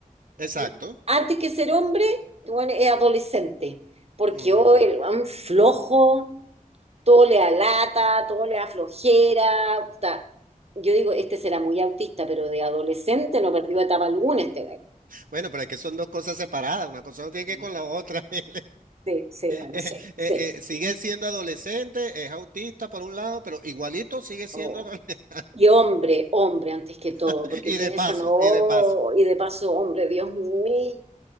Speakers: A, on the right; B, on the right.
A: exacto.
B: Y antes que ser hombre, bueno, es adolescente, porque
A: Ujú.
B: hoy el weón flojo, todo le da lata, todo le da flojera. puta. Yo digo, este será muy autista, pero de adolescente no perdió etapa alguna este gallo.
A: Bueno, pero es que son dos cosas separadas, una cosa no tiene que
B: Sí,
A: ver con la otra. <laughs> Él,
B: sí, sí, bueno,
A: Eh,
B: sí, sí.
A: eh, eh, sigue siendo adolescente, es autista por un lado, pero igualito sigue siendo
B: Oh.
A: adolescente.
B: Y hombre, hombre, antes que todo,
A: <laughs>
B: porque
A: Y
B: tienes
A: de paso,
B: a... Oh,
A: y de paso.
B: y de paso, hombre, Dios mío.